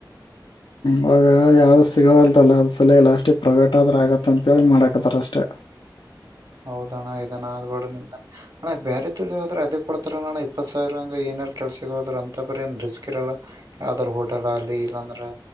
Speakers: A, on the left (about 80°); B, on the right (about 60°).
A: ಅವ ಯಾವ ಯಾವದು ಸಿಗವಲ್ದಲ್ಲ ಅ್ರ ಸಲ ಲಾಸ್ಟ ಪ್ರೈವೇಟ್ ಆದ್ರರು ಆಗತ್ತ ಅಂತೇಳಿ ಮಾಡಕತ್ತಾರ ಅಷ್ಟೆ
B: ಹೌದಣ್ಣ ಇದಣ ಅ್ಬಡು ನಿಮ ಅಣ್ಣ ಬೇರೆ ತರ್ ಜದ್ರ ಅದೇ ಕೊಡ್ತಾರಣ್ಣ ಸಾವಿರಂಗ ಏನಾರ ಕೆಲ್ಸಗ ಹೋದ್ರ ಅಂತ ಬರ ಏನ್ ರಿಸ್ಕ್ ಇರಲ್ಲ ಯಾವದಾರ ಹೋಟೆಲ್ ಅಲ್ಲಿ ಇಲ್ಲಾಂದ್ರ